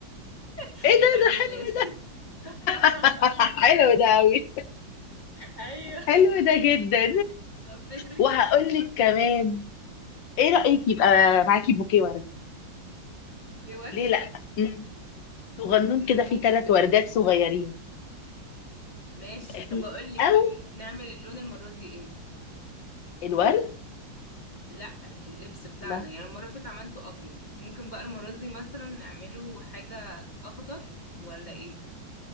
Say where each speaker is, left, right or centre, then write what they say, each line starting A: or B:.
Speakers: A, on the left; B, on the left.
A: <laughs>
B: ايه ده
A: العيد
B: ده
A: ميلاد
B: حلو
A: <laughs>
B: <laughs> حلو ده قوي
A: ايوه
B: حلو ده جدا
A: طب فكرك
B: وهقول
A: نعمل
B: لك
A: لون
B: كمان
A: ايه المرة دي
B: ايه رايك يبقى معاكي بوكيه ورد
A: اوكي ورد
B: ليه لا مم. صغنون
A: ممكن
B: كده فيه ثلاث
A: فكرة
B: وردات
A: جديدة
B: صغيرين
A: برضه ماشي
B: يبقى فيه
A: طب اقول لك
B: او
A: نعمل اللون المرة دي ايه
B: الورد
A: لا اللبس بتاعنا
B: ما
A: يعني المرة اللي فاتت عملته ابيض ممكن بقى المرة دي مثلا نعمله حاجة اخضر ولا ايه